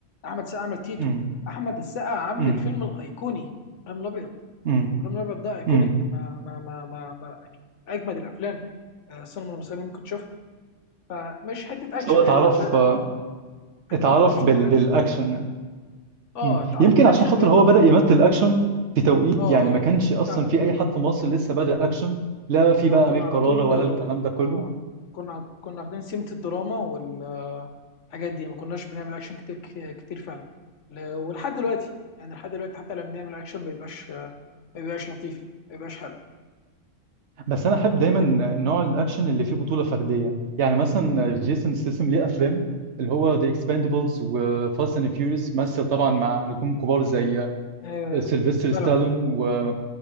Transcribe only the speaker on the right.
امم
امم
امم
امم
بس هو اتعرف
آه،
اتعرف
بال
بالاكشن يعني
امم
يمكن
عشان خاطر
هو
بدأ يمثل اكشن في توقيت
يعني ما كانش اصلا
في اي حد في مصر لسه بدأ اكشن لا في بقى
امير كرارة
ولا
الكلام ده كله
بس انا احب دايما
نوع الاكشن اللي فيه بطوله فرديه يعني مثلا جيسون ستاثام ليه افلام اللي هو ذا اكسباندبلز وفاست اند فيوريوس مثل طبعا مع نجوم كبار زي
سيلفستر
ستالون و...